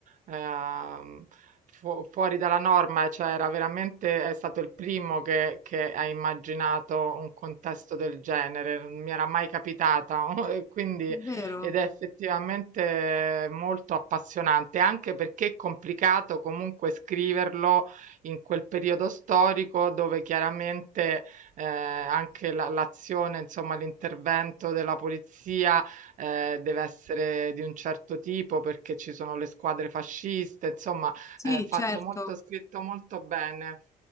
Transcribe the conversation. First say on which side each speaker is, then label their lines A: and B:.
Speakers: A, on the right; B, on the left.
A: ehm, fu- fuori dalla norma, cioè era veramente, è stato il primo che, che ha immaginato un contesto del genere, non mi era mai capitata, <laughs> e quindi
B: È vero?
A: ed è effettivamente molto appassionante, anche perché è complicato comunque scriverlo in quel periodo storico dove chiaramente eh, anche la- l'azione, insomma, l'intervento della polizia eh, deve essere di un certo tipo perché ci sono le squadre fasciste, insomma,
B: Sì,
A: è fatto
B: certo.
A: molto, scritto molto bene.